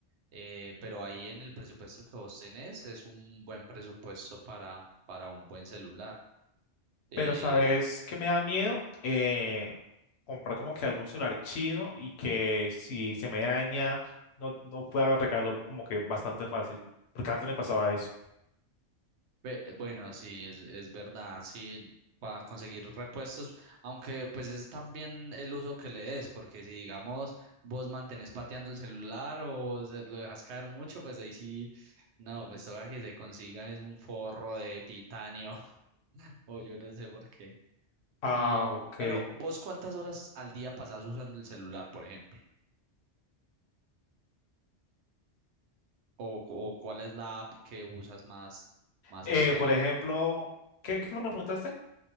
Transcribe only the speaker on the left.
Pero sabes que me da miedo Eh, comprar como que algún celular chino y que si se me daña no, no pueda arreglarlo como que bastante fácil, porque antes me pasaba eso.
Ah,
ok.
Eh,
por ejemplo, ¿qué, qué fue lo que me preguntaste?